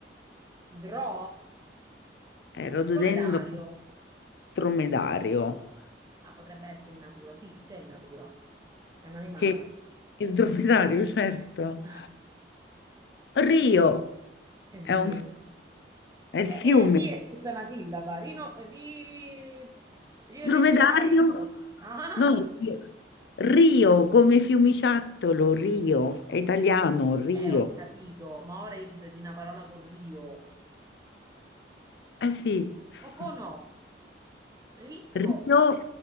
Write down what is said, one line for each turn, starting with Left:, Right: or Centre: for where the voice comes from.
Right: Dro?
Left: eh, rododendro
Right: Dromedario.
Left: dromedario,
Right: Ah, potrebbe essere in natura, sì, c'è in natura. È un animale.
Left: che il dromedario, <laughs> certo.
Right: <laughs>
Left: Rio è
Right: Rio.
Left: un è il
Right: E,
Left: fiume.
Right: e Rio è tutta una sillaba. Rino, ri- Rio
Left: Dromedario,
Right: de Janeiro. Ah!
Left: no, Rio Rio, come fiumiciattolo, Rio, è italiano, Rio.
Right: Eh, ho capito, ma ora io ti do di una parola con Rio.
Left: Eh sì, <laughs>
Right: O con O, Rio.
Left: Rio,